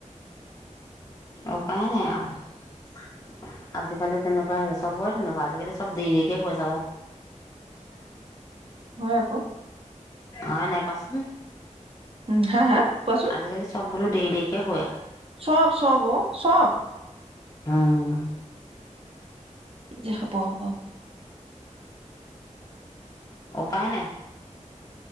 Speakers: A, on the left; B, on the right.
A: উপায় নাই আৰু আজিকালি তেনেকুৱাই <unintelligible> চবৰে তেনেকুৱা আজিকালি চব দেৰি দেৰিকে হৈ <unintelligible>
B: হয় আকৌ।
A: অ', নাই ক'চোন।
B: উম হা হা কোৱাচোন
A: আজিকালি চব বলো দেৰি দেৰি কে শুৱে
B: চব চব অ', চব।
A: অহ।
B: কি যে হ'ব হ'ব। <inaudible>
A: উপায় নাই।